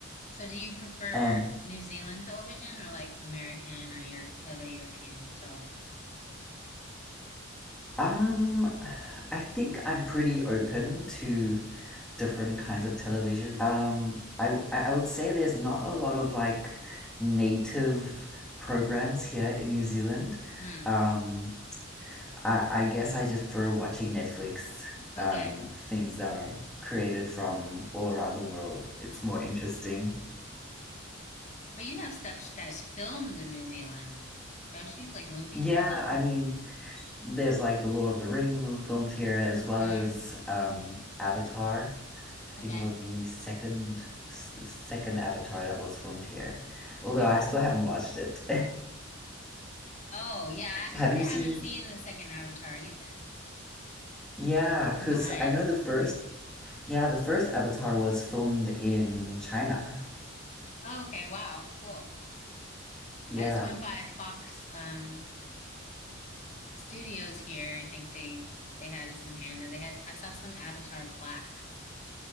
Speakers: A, on the left (about 35°); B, in the centre.
A: So do you prefer
B: Um
A: New Zealand television or like American or Europe other European television?
B: Um, I think I'm pretty open to different kinds of television. Um, I, w- I- I would say there's not a lot of like native programs here in New Zealand.
A: Hmm.
B: Um, I, I guess I just prefer watching Netflix, um,
A: Okay.
B: things that are created from all around the world. It's more interesting.
A: But you have stuff that's filmed in New Zealand, don't you? Like movies
B: Yeah,
A: and stuff?
B: I mean, there's like the Lord of the Rings was filmed here, as well
A: Mm.
B: as um, Avatar. I think
A: Okay.
B: it was the second the second Avatar that was filmed here. Although
A: Okay.
B: I still haven't watched it.
A: Oh, yeah,
B: <laughs>
A: actually,
B: Have you
A: I
B: seen?
A: haven't seen the second Avatar either.
B: Yeah, because
A: I'm behind.
B: I know the first. Yeah, the first Avatar was filmed in China.
A: Oh, okay, wow, cool.
B: Yeah.
A: I just went by Fox um Studios here. I think they they had some hand and they had I saw some Avatar plaque.